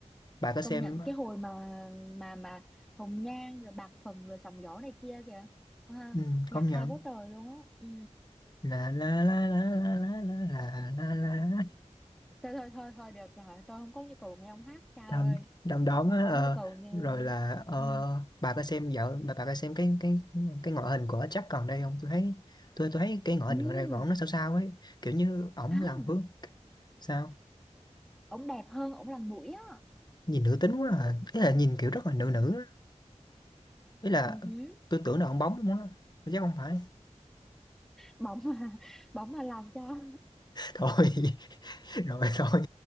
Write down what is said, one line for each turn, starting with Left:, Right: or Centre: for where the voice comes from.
Left: bà có xem
Centre: công nhận cái hồi mà mà mà Hồng Nhan rồi Bạc Phần rồi Sóng Gió này kia kìa ha,
Left: ừ,
Centre: nhạc
Left: công
Centre: hay
Left: nhận
Centre: quá trời luôn á ừ.
Left: la la la la la la la la la la.
Centre: thôi thôi thôi thôi được rồi tôi không có nhu cầu nghe ông hát cha
Left: đom
Centre: ơi
Left: đom đóm
Centre: không
Left: á
Centre: có
Left: ờ,
Centre: nhu cầu nghe
Left: rồi là ờ,
Centre: ừ.
Left: bà có xem dạo bà bà có xem cái cái cái ngoại hình của Jack còn đây không tôi thấy tôi tôi thấy cái ngoại
Centre: Ừ.
Left: hình gần đây của ổng nó sao sao ấy kiểu như ổng
Centre: không
Left: làm vướng sao
Centre: ông đẹp hơn ông làm mũi á
Left: nhìn nữ tính quá à ý là nhìn kiểu rất là nữ nữ á. ý là
Centre: ừ. hứ.
Left: tôi tưởng là ông bóng không á chắc không phải
Centre: bóng mà <laughs> bỗng mà làm cho
Left: <laughs> thôi rồi thôi